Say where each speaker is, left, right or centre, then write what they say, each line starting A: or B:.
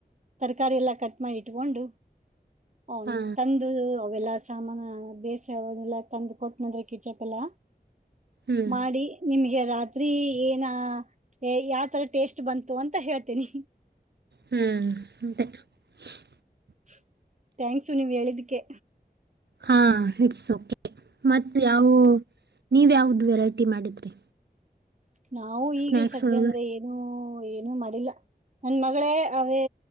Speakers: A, on the right (about 45°); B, on the right (about 85°).
A: ತರಕಾರಿ ಎಲ್ಲಾ ಕಟ್ ಮಾಡಿ ಇಟ್ಕೊಂಡು ಹನ್
B: ಹಾ
A: ತಂದು ಅವೆಲ್ಲ ಸಾಮಾನ ಬೇಸ ಅವಲ್ಲ ತಂದು ಕೊಟ್ಟನಂದ್ರೆ ಕಿಚಪ್ ಎಲ್ಲ
B: ಹ್ಮ್
A: ಮಾಡಿ ನಿಮಗೆ ರಾತ್ರಿ ಏನ ಯಾವತರ ಟೇಸ್ಟ್ ಬಂತು ಅಂತ ಹೇಳ್ತೇನಿ
B: ಹ್ಮ್ ಎಂತೆ <unintelligible>
A: <inaudible> ಥ್ಯಾಂಕ್ಸು ನೀವ್ ಹೇಳಿದಕ್ಕೆ
B: ಹಾ ಇಟ್ಸ್ ಓಕೆ ಮತ್ತ ಯಾವವು ನೀವ ಯಾವ್ದ ವೆರೈಟಿ ಮಾಡಿದ್ರಿ.
A: ನಾವು
B: ಸ್ನ್ಯಾಕ್ಸ್
A: ಈಗೆ ಸದ್ಯ
B: ಒಳಗ
A: ಅಂದ್ರೆ ಏನು. ಏನುೂ ಮಾಡಿಲ್ಲ ನನ್ ಮಗಳೇ ಅವೇ